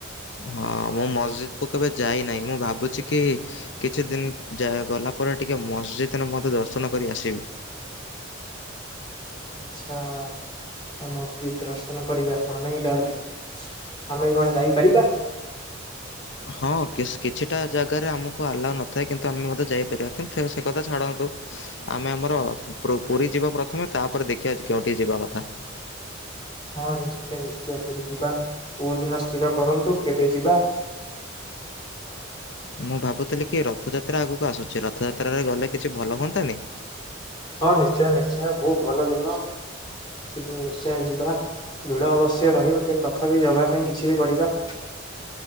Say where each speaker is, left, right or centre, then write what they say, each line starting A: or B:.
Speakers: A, on the left; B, on the left.
A: ହଁ ମୁଁ ମସଜିଦ୍ କୁ କେବେ ଯାଇନାହିଁ, ମୁଁ ଭାବୁଛି କି କିଛି ଦିନ ଯ ଗଲା ପରେ ଟିକେ ମସଜିଦରେ ମଧ୍ୟ ଦର୍ଶନ କରି ଆସିବି।
B: ଆଚ୍ଛା ଆଉ ମସଜିଦ୍ ଦର୍ଶନ କରିବେ ଆପଣ ନାଇଁ ତାହେଲେ? ଆମେ ବି କଣ ଯାଇପାରିବା?
A: ହଁ ହଁ <unintelligible> କିଛିଟା ଜାଗାରେ ଆମକୁ ଆଲାଉ ନଥାଏ, କିନ୍ତୁ ଆମେ ମଧ୍ୟ ଯାଇପାରିବା। କିନ୍ତୁ ସେ କଥା ଛାଡ଼ନ୍ତୁ ଆମେ ଆମର ପୁରୀ ଯିବା ପ୍ରଥମେ ତାପରେ ଦେଖିବା କେଉଠିକି ଯିବା କଥା।
B: ହଁ ନିଶ୍ଚୟ ନିଶ୍ଚୟ ପୁରି ଯିବା କୋଉ ଦିନ ସ୍ଥିର କରନ୍ତୁ କେବେ ଯିବା।
A: ମୁଁ ଭାବୁଥିଲି କି ରଥଯାତ୍ରା ଆଗକୁ ଆସୁଛି ରଥଯାତ୍ରାରେ ଗଲେ କିଛି ଭଲ ହୁଅନ୍ନ୍ତାନି?
B: ହଁ ନିଶ୍ଚୟ ନିଶ୍ଚୟ ବହୁତ ଭଲ ଦିନ। ସେଦିନ ନିଶ୍ଚୟ ଯିବା ଭିଡ ଅବଶ୍ୟ ରହିବ କିନ୍ତୁ ତଥାପି ଜଗା ପାଇଁ କିଛି ବି କରିବା।